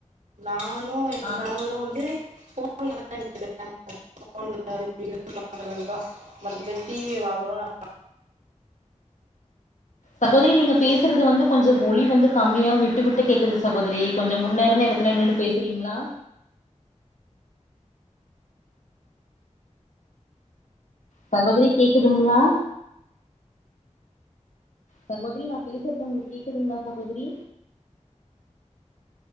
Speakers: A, on the right; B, on the left.
A: நானு என்
B: ஆ
A: கணவரு வந்து ஃபோன் <unintelligible> மத்தபடி டி வி வாங்னோன் அவ்
B: சகோதிரி நீங்க பேசுறது வந்து கொஞ்ச ஒலி வந்து கம்மியா விட்டு விட்டு கேக்குது சகோதிரி கொஞ்ச முன்னே இருந்த இடத்துல நின்னு பேசுறீங்ளா சகோதிரி கேக்குதுங்ளா சகோதிரி நா பேசுற்து உங்ளுக் கேக்குதுங்ளா சகோதிரி